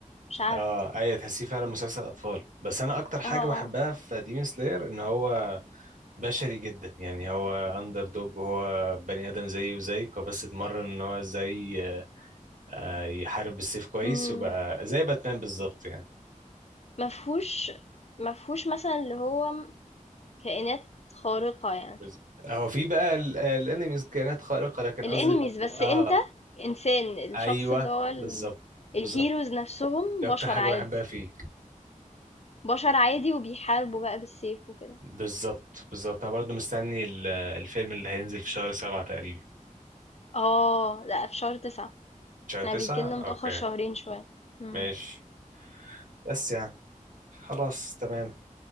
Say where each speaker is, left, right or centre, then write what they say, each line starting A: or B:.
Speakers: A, on the left; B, on the right.
A: مش عارف
B: اه ايوه تحسيه فعلا مسلسل اطفال بس انا اكتر حاجه
A: اه
B: بحبها في ديمون سلاير ان هو بشري جدا يعني هو اندر دوج وهو بني ادم زيه وزيك هو بس اتمرن ان هو ازاي آه، يحارب بالسيف كويس
A: اه
B: وبقى زي باتمان بالظبط يعني
A: ما فيهوش ما فيهوش مثلًا اللي هو م كائنات خارقة يعني،
B: بز- هو في بقى ال- الانميز كائنات خارقه لكن
A: الenemies
B: قصدي
A: بس
B: اه
A: قصدك أنت إنسان،
B: ايوه
A: الشخص اللي هو آه. ال
B: بالظبط بالظبط
A: الheroes نَفْسهم
B: دي اكتر
A: بشر
B: حاجه
A: عادي،
B: بحبها فيه
A: بشر عادي وبيحاربوا بقى بالسيف وكده.
B: بالظبط بالظبط انا برضو مستني ال- الفيلم اللي هينزل في شهر سبعة تقريبا
A: آه، لأ في شهر 9
B: شهر
A: إحنا
B: تسعة
A: بييجي لنا متأخر
B: اوكي
A: شهرين شوية. إمم،
B: ماشي بس يعني خلاص تمام